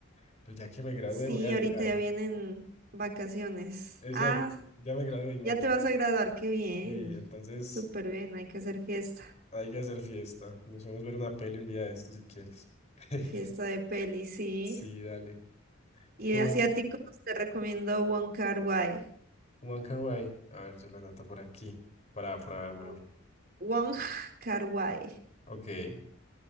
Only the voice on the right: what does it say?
Sí,
ahorita ya vienen vacaciones.
Ah,
ya te vas a graduar, qué bien.
Súper bien, hay que hacer fiesta.
Fiesta de peli, sí.
Y
de asiáticos
te recomiendo One Kar-wai.
Ujú. Wong Kar-wai.